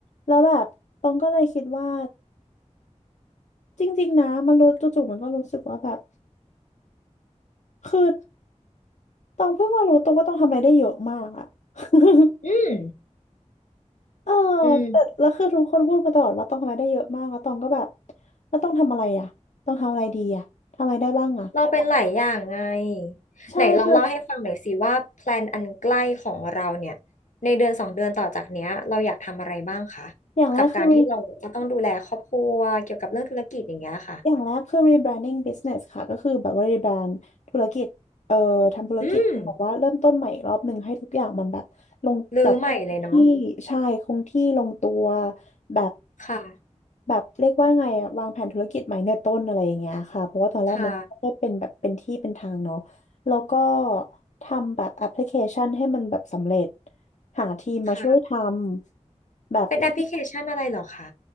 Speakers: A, on the left; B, on the left.
A: แล้วแบบตองก็เลยคิดว่าจริงๆนะมันรู้จู่ๆมันก็รู้สึกว่าแบบคือตองเพิ่งมารู้ตัวว่าตองทำอะไรได้เยอะมากอะ <laughs>
B: อืม
A: เออ
B: อืม
A: แต่แล้วคือทุกคนพูดมาตลอดว่าต้องทำอะไรได้เยอะมากแล้วตองก็แบบแล้วต้องทำอะไรอ่ะ ต้องทำอะไรดีอ่ะ ทำอะไรได้บ้างอ่ะ
B: เราเป็นหลายอย่างไง
A: ใช่คือ
B: ไหนลองเล่าให้ฟังหน่อยสิว่าแพลนอันใกล้ของเราเนี่ยในเดือนสองเดือนต่อจากเนี้ยเราอยากทำอะไรบ้างคะ
A: อย่างแรกคือ
B: กับการที่เราจะต้องดูแลครอบครัวเกี่ยวกับเรื่องธุรกิจอย่างเงี้ยค่ะ
A: อย่างแรกคือ rebranding business ค่ะก็คือแบบว่า rebrand ธุรกิจเอ่อทำธุรกิจบอกว่าเริ่มต้นใหม่อีกรอบหนึ่งให้ทุกอย่างมันแบบลงแบบคงที่ใช่คงที่ลงตัว
B: อืมรื้อใหม่เลยเนาะ
A: แบบ
B: ค่ะ
A: แบบเรียกว่าไงอะวางแผนธุรกิจใหม่ในต้นอะไรอย่างเงี้ยค่ะเพราะว่าตอนแรกมันก็เป็นแบบเป็นที่เป็นทางเนาะ
B: ค่ะ
A: แล้วก็ทำแบบแอปพลิเคชันให้มันแบบสำเร็จหาทีมมาช่วยท
B: ค่ะ
A: ำแบบที่
B: เป็นแอปพลิเคชันอะไรเหรอคะ